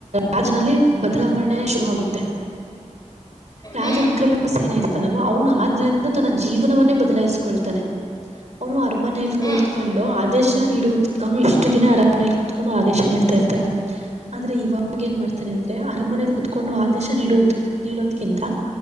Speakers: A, on the right (about 60°); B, on the left (about 30°).
A: ರಾಜನಲ್ಲಿ ಬದಲಾವಣೆ ಶುರುವರುವಾಗುತ್ತೆ ರಾಜ
B: ಹ್ಮ್
A: ವಿಕ್ರಮ ಸೇನ ಇರ್ತಾನಲ್ವ ಅವನ ಆ ದಿನದಿಂದ ತನ್ನ ಜೀವನವನ್ನೇ ಬದಲಾಯಿಸಕೊಳ್ತಾನೆ ಅವನು ಅರ್ಮನೆಯಲ್ಲಿ
B: ಹ್ಮ್ ಹ್ಮ್
A: ಕುಳ್ತ
B: ಹ್ಮ್
A: ಕೊಂಡು ಆದೇಶ ನೀಡುವ ಇಷ್ಟು ದಿನ ಅರಮನೆಯಲ್ಲಿ ಕ ಕುೂತ್ಕೊಂಡು ಆದೇಶ ಇಡ್ತಾ ಇರ್ತಾರೆ ಆದ್ರೆ ಇವಾಗ ಏನ್ ಮಾಡ್ತಾನೆ ಅಂದ್ರೆ ಅರಮನೆಯಲ್ಲಿ ಕುತ್ಕೊಂಡು ಆದೇಶ ನೀಡೋದು ನೀಡೋದ್ಕಿಂತ